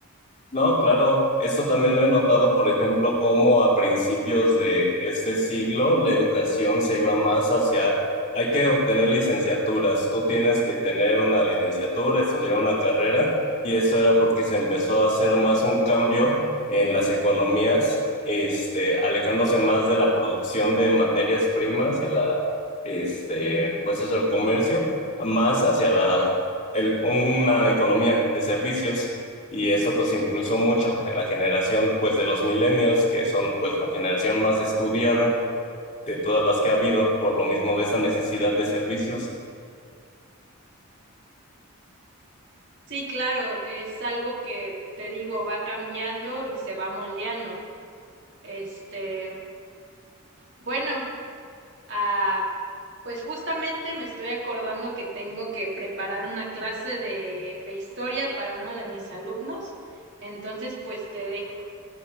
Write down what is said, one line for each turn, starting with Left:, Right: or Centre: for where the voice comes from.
Left: No, claro, eso también lo he notado, por ejemplo, cómo a principios de este siglo la educación se iba más hacia, hay que obtener licenciaturas, tú tienes que tener una licenciatura, estudiar una carrera, y eso era porque se empezó a hacer más un cambio en las economías, este, alejándose más de la producción de materias primas y la, este, pues eso, el comercio, más hacia la, el- una economía de servicios y eso pues impulsó mucho en la generación pues de los millennials, que son pues la generación más estudiada de todas las que ha habido, por lo mismo de esta necesidad de servicios.
Right: Sí, claro, es algo que te digo, va cambiando y se va moldeando. Este, bueno, Ah, pues justamente me estoy acordando que tengo que preparar una clase de, de historia para uno de mis alumnos. Entonces, pues te dejo.